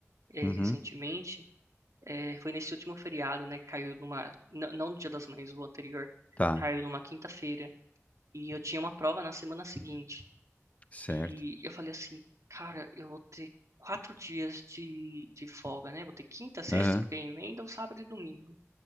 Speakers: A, on the right; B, on the left.
A: eh,
B: Uhum,
A: recentemente eh, foi nesse último feriado, né? Caiu numa. n- Não no Dia das Mães, o anterior.
B: tá,
A: Caiu numa quinta-feira. E eu tinha uma prova na semana seguinte.
B: certo.
A: E eu falei assim, cara, eu vou ter quatro dias de, de folga, né? Vou ter quinta, sexta,
B: Aham,
A: porque emenda um sábado e domingo.